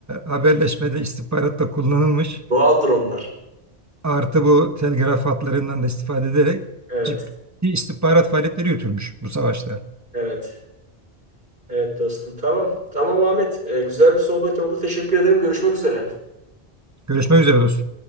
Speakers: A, on the right (about 15°); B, on the right (about 55°).
A: haberleşmede, istihbaratta kullanılmış.
B: Doğaldır onlar.
A: Artı bu telgraf hatlarından da istifade ederek
B: Evet.
A: ciddi istihbarat faaliyetleri yürütülmüş bu savaşta.
B: Evet. Evet dostum. Tamam. Tamam Ahmet. Ee, güzel bir sohbet oldu. Teşekkür ederim. Görüşmek üzere.
A: Görüşmek üzere dostum.